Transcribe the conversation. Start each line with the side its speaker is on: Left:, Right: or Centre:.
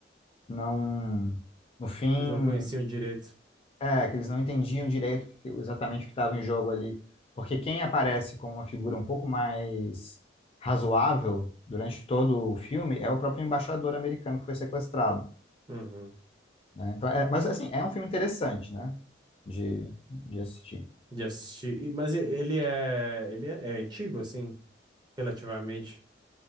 Left: não, no fim,
Right: eles não conheciam direito.
Left: É, que eles não entendiam direito o que- exatamente o que estava em jogo ali. Porque quem aparece com uma figura um pouco mais razoável durante todo o filme é o próprio embaixador americano que foi sequestrado,
Right: Uhum.
Left: né? Então, é- mas assim, é um filme interessante, né? De, de assistir.
Right: De assistir. E- Mas e- ele é. Ele é, é antigo, assim, relativamente.